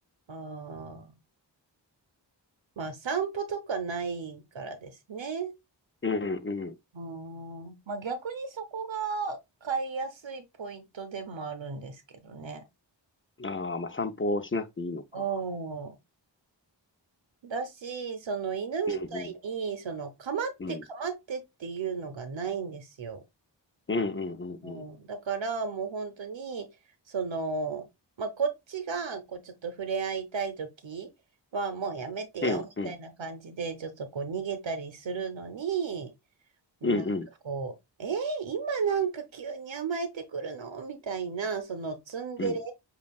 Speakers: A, on the right; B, on the left.
A: あー、まあ、散歩とかないからですね。
B: う。うんうんう
A: うーん。まあ、逆にそこが飼いやすいポイントでもあるんですけどね。
B: ん。ああ、まあ散歩をしなくていいのか。
A: うん。だし、その犬みたいに、
B: うんうん
A: その、かまってかまってっていうのがないんですよ。
B: うん。うんうんうんうん。
A: うん、だからもう本当に、その、まあ、こっちが、こうちょっと触れ合いたいときは、もうやめてよ、
B: うんうん
A: みたいな感じで、ちょっとこう逃げたりするのに、なんかこう、
B: うんうん
A: えー今なんか急に甘えてくるのみたいな、そのツンデレ
B: うん。